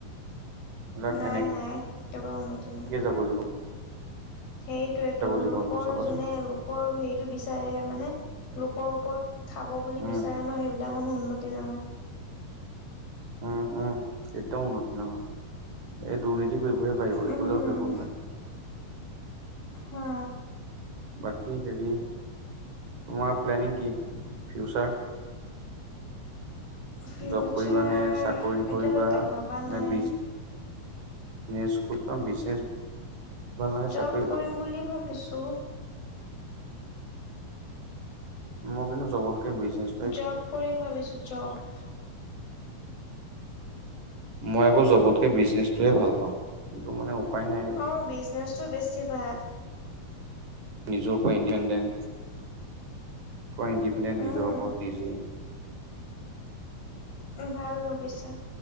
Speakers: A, on the right (about 55°); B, on the left (about 80°).
A: এইবিলাক
B: নাই,
A: এনেকে
B: নাই একটো ব উন্নতি নাই।
A: যাব, জিবন।
B: সেইটোয় তটো
A: জীৱনটো
B: লোকৰ
A: চাবাচোন
B: যোনে লোকৰ হেৰিটো বিচাৰে মানে। লোকৰ ওপৰত খাব বুলি
A: উম
B: বিচাৰে ন সেইবিলাক মানুহ উন্নতি নহয়।
A: উম, উম, এতিয়া উন্নতি নহয় এই দু ৰ্নীতি কৰিবহে পাৰিব একো
B: উম
A: দাল কৰিব নোৱাৰে।
B: হা।
A: বাকী হেৰি তোমাৰ প্লেনিং কি ফিউচাৰ?
B: ফিউচাৰ
A: জব কৰিবা নে, চাকৰি
B: এতিয়ালৈকে
A: কৰিবা নে,
B: ভাবা নাই।
A: বিজ বিজনেছ, বিজনেছ ভাল লাগে
B: জপ
A: চাকৰি ভাল
B: কৰিম
A: লাগে
B: বুলি ভাবিছোঁ।
A: মই কিন্তু জবতকে বিজিছ
B: জব কৰিম ভাবিছোঁ জব।
A: মই আকৌ জবতকে বিজনেচটোহে ভাল পাওঁ কিন্তু মানে উপায় নাই আৰু
B: অ' বিজনেছটো বেছি ভাল।
A: নিজৰ উপৰে ইণ্ডিপেণ্ডেণ্ট। ফৰ ইণ্ডিপেণ্ডেণ্ট
B: উম
A: নিজৰ ওপৰত নিজে।
B: ভাল ভাবিছা।